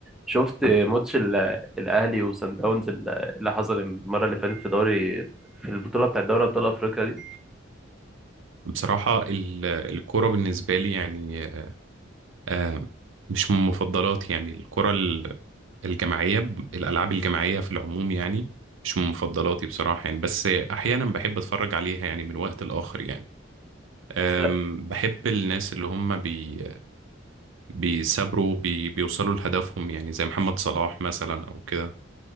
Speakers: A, in the centre; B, on the right (about 70°).
A: شفت ماتش ال- الاهلي وصن داونز ال- اللي حصل المره اللي فاتت في دوري في البطوله بتاعت دوري ابطال افريقيا دي
B: بصراحة ال- الكرة بالنسبة لي يعني آه، مش من مفضلاتي يعني الكرة ال- الجماعية الألعاب الجماعية في العموم يعني مش من مفضلاتي بصراحة يعني بس أحيانا بحب أتفرج عليها يعني من وقت لآخر يعني آم،
A: بس
B: بحب الناس اللي هم بي بيثابروا بي بيوصلوا لهدفهم يعني زي محمد صلاح مثلا أو كده